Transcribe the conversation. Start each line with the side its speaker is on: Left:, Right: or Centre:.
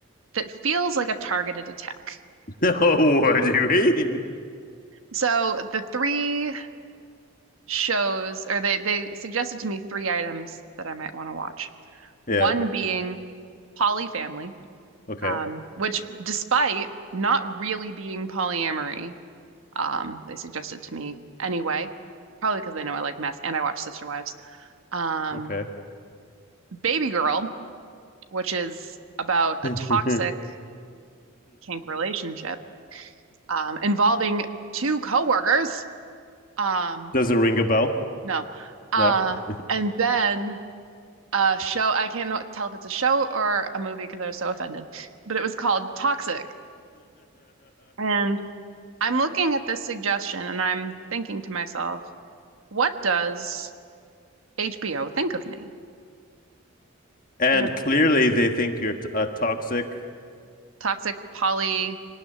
Right: that feels like a targeted attack.
Left: <laughs> Oh, what do you mean?
Right: So the three shows, or they they suggested to me three items that I might want to watch.
Left: Yeah.
Right: One being polyfamily,
Left: Okay.
Right: um, which, despite not really being polyamory, um, they suggested to me anyway, probably because they know I like mess and I watch Sister Wives. Um,
Left: Okay.
Right: Baby Girl, which is about
Left: <laughs>
Right: a toxic
Left: hmm
Right: kink relationship um, involving two coworkers. Um,
Left: Does it ring a bell?
Right: no. Uh,
Left: No. <laughs>
Right: and then a show, I can't tell if it's a show or a movie because I was so offended, but it was called Toxic. And I'm looking at this suggestion and I'm thinking to myself, what does HBO think of me?
Left: And
Right: Because
Left: clearly they think you're t a toxic.
Right: Toxic Polly,